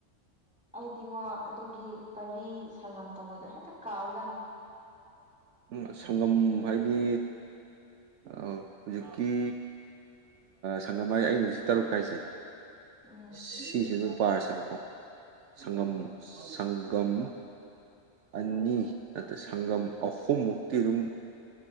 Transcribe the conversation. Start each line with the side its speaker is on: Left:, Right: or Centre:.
Centre: ꯑꯩꯗꯤꯉꯣ ꯑꯗꯨꯒꯤ ꯄꯔꯤ ꯁꯪꯉꯝ ꯇꯧꯕꯗꯣ ꯍꯦꯛꯇ ꯀꯥꯎꯖꯥꯠꯅꯤ
Right: ꯎ ꯁꯪꯒꯝ ꯍꯥꯏꯥꯏꯗꯤ ꯑ ꯍꯧꯖꯤꯛꯀꯤ ꯁꯪꯉꯝ ꯍꯥꯢꯁꯦ ꯑꯩꯅ ꯍꯧꯖꯤꯛ ꯇꯔꯨꯛ ꯍꯥꯏꯁꯦ
Centre: ꯎꯝ
Right: ꯁꯤꯁꯤꯗ ꯄꯥꯔꯁꯦꯕꯀꯣ ꯁꯪꯒꯝ
Centre: ꯎꯝ
Right: ꯁꯪꯒꯝ ꯑꯅꯤ ꯅꯠꯇ꯭ꯔ ꯁꯪꯒꯝ ꯑꯍꯨꯝꯃꯨꯛꯇꯤ ꯑꯗꯨꯝ